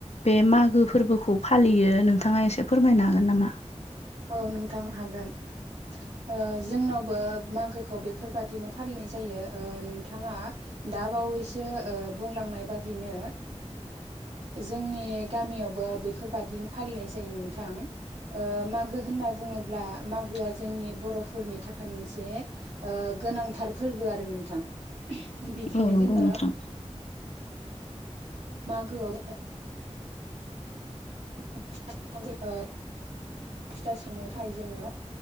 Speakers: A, on the left; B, on the right.
A: बे मागो फोरबोखौ फालियो नोंथाङा एसे फोरमायनो हागोन नामा?
B: औ नोंथां हागोन ओ जोंनावबो? मागोखौ बेफोरबादिनो फालिनाय जायो नोंथाङा दा बावैसो बुंलां नाय बादिनो जोंनि गामियावबो बेफोरबायादिनो फालिनाय जायो नों नोंथां ओम मागो होनना बुङोब्ला मागोआ जोंनि बर'फोरनि थाखाय मोनसे गोनांथारफोर फोरबो आरो नोंथां बिदिनो
A: औ नंगौ
B: जोङो
A: नोंथां
B: मागोआव जों <unintelligible> फिथा सावनो थाखाय जोङो